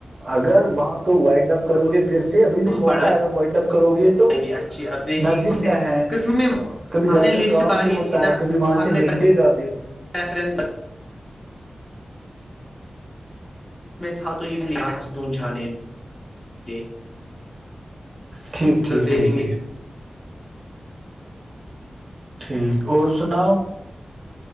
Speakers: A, on the right; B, on the left.
A: اگر وہاں کو وائنڈ اپ کرو گے پھر سے ابھی بھی موقع
B: پڑھائی
A: ہے اگر وائنڈ اپ کرو گے تو
B: بھی اچھی اب دیکھیں
A: نزدیک
B: گے سے
A: میں ہے
B: قسم میں
A: کبھی
B: ہم
A: گھر
B: نے لسٹ
A: کا کام
B: باری
A: بھی ہوتا
B: تھی نا
A: ہے کبھی وہاں
B: ہم
A: سے
B: نے
A: نکلے گا بھی
B: پریفرنس میں تھا تو یہ پ ت جھانے <unintelligible>
A: ٹھیک ٹھیک
B: پھر دیکھیں
A: ٹھیک
B: گے
A: ٹھیک ٹھیک اور سناؤ